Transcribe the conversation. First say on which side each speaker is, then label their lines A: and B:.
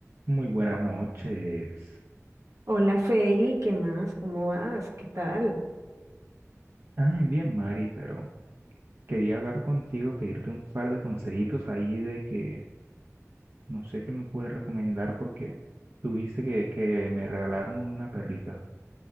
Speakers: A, on the right; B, on the right.
A: Muy buenas
B: O-
A: noches.
B: Hola Feli, ¿qué más? ¿Cómo vas? ¿Qué tal?
A: Ay, bien, Mari, pero quería hablar contigo, pedirte un par de consejitos ahí de que no sé qué me puedes recomendar porque tuviste que, que me regalaron una perrita.